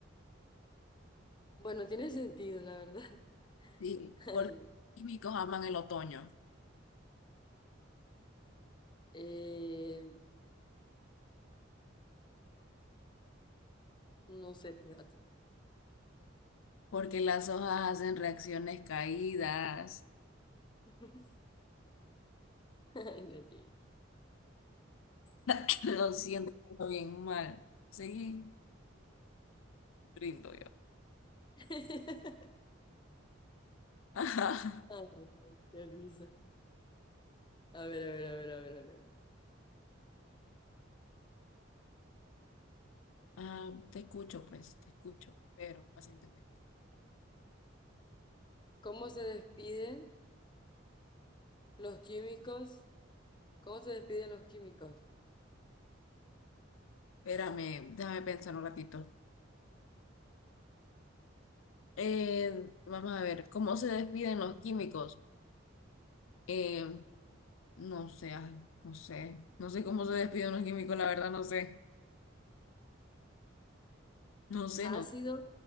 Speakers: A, on the left; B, on the left.
A: Bueno, tiene sentido, la verdad. <laughs>
B: Sí,
A: Ay,
B: porque los químicos aman el otoño,
A: eh, no sé, fíjate.
B: porque las hojas hacen reacciones caídas.
A: <laughs> Ay, no llegué.
B: <laughs> Lo siento todo bien mal. Seguí, rindo yo.
A: <laughs>
B: <laughs> Ajá.
A: Ay, no, qué risa. A ver, a ver, a ver, a ver, a ver.
B: Ah, te escucho, pues, te escucho, pero pacientemente.
A: ¿Cómo se despiden los químicos? ¿Cómo se despiden los químicos?
B: Espérame, déjame pensar un ratito. Eh, vamos a ver, ¿cómo se despiden los químicos? Eh, no sé, ay, no sé, no sé cómo se despide un químico, la verdad, no sé, no sé, no.
A: Ácido,